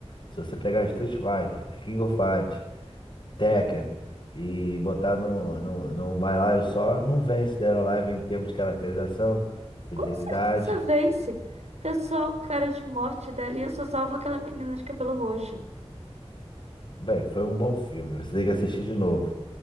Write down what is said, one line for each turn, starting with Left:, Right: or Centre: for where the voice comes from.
Left: Se você pegar Street Fighter, The King of Fight, Tekken e botar no, no, num bailaio só, não vence Dead or Alive em termos de caracterização, fidelidade.
Right: Com certeza vence. Pessoal, cara de morte dali, eu só salvo aquela menina de cabelo roxo.
Left: Bem, foi um bom filme. Você tem que assistir de novo